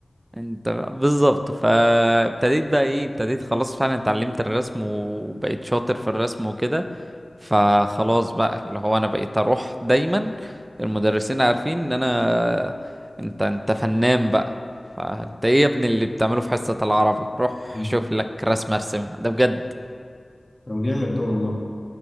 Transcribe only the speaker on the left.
مم.
طب جامد ده والله